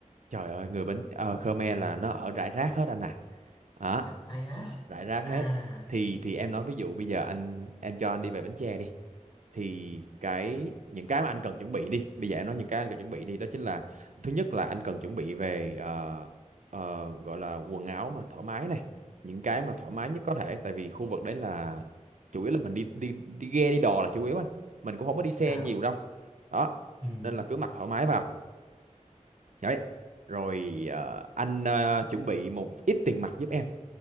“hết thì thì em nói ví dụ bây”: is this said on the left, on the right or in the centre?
Right